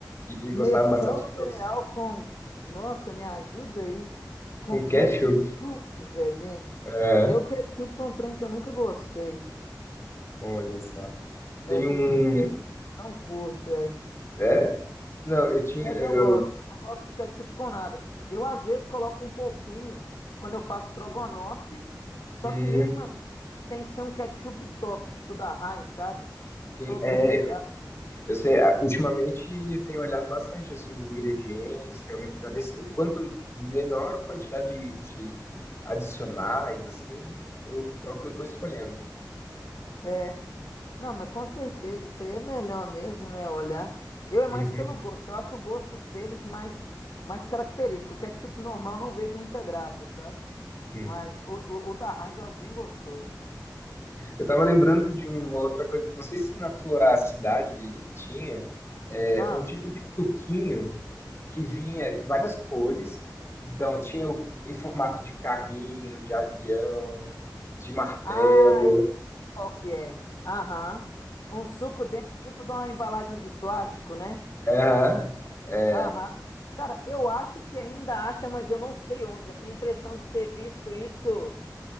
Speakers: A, on the left; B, on the left.
A: e
B: Nescau
A: gostava bastante
B: cereal
A: de doce.
B: com, nossa, me ajuda aí, com
A: Com
B: ketchup,
A: ketchup?
B: velho, me...
A: É,
B: eu ketchup foi um trem que eu nunca gostei,
A: olha só.
B: pra
A: Tem
B: ser
A: um.
B: sincero, eu não não curto, é.
A: É, não, eu tinha.
B: Sério,
A: Eu,
B: não gosto. Não gosto de ketchup com nada. Eu, às vezes, coloco um pouquinho quando eu faço strogonoff, só
A: hum,
B: que mesmo assim tem que ser um ketchup top, tipo da Heinz, sabe? Eu
A: sim,
B: sou bem
A: é,
B: <laughs> chato mesmo.
A: eu sei, ah, ultimamente eu tenho olhado bastante assim, os ingredientes, realmente, para ver se, o quanto menor quantidade de, de adicionais, assim, eu, é o que eu estou escolhendo.
B: É. Não, mas com certeza, isso aí é melhor mesmo, né? Olhar. Eu é mais
A: Uhum.
B: pelo gosto. Eu acho o gosto deles mais, mais característico. O ketchup normal eu não vejo muita graça, sabe?
A: hum.
B: Mas o, o, o da Heinz eu acho bem gostoso.
A: Eu tava lembrando de uma outra coisa, não sei se na tua cidade tinha é,
B: Ah,
A: um tipo de suquinho que vinha várias cores. Então, tinha o- em formato de carrinho, de avião, de martelo.
B: ah, Qual que é? Aham. Um suco dentro, tipo de uma embalagem de plástico, né?
A: Aham, é.
B: Aham. Cara, eu acho que ainda acha, mas eu não sei onde. Eu tenho impressão de ter visto isso